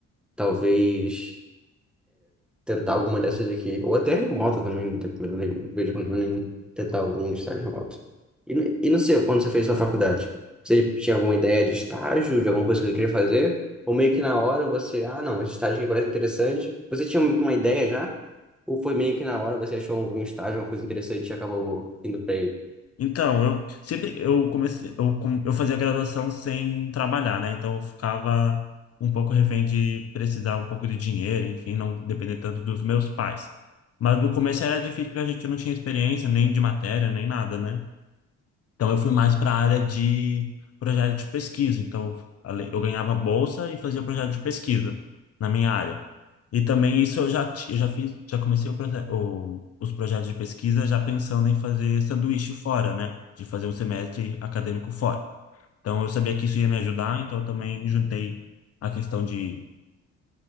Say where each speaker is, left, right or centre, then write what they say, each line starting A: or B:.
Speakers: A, in the centre; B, on the left (about 50°).
A: talvez tentar alguma dessas aqui, ou até remota também, não tem problema nenhum, não vejo problema nenhum tentar algum estágio remoto. E, no- e não sei, quando você fez sua faculdade, você tinha alguma ideia de estágio, de alguma coisa que você queria fazer? Ou meio que na hora você, ah, não, esse estágio aqui parece interessante. Você tinha meio que uma ideia já? Ou foi meio que na hora você achou algum estágio, uma coisa interessante e acabou indo pra ele?
B: Então, eu sempre eu comecei eu, com- eu fazia graduação sem trabalhar, né? Então eu ficava um pouco refém de precisar um pouco de dinheiro, enfim, não depender tanto dos meus pais. Mas no começo era difícil porque a gente não tinha experiência nem de matéria, nem nada, né? Então eu fui mais para a área de projeto de pesquisa. Então ale- eu ganhava bolsa e fazia projeto de pesquisa na minha área. E também isso eu já ti- eu já fiz, já comecei o, proce- o- os projetos de pesquisa já pensando em fazer sanduíche fora, né? De fazer um semestre acadêmico fora. Então eu sabia que isso ia me ajudar, então eu também juntei a questão de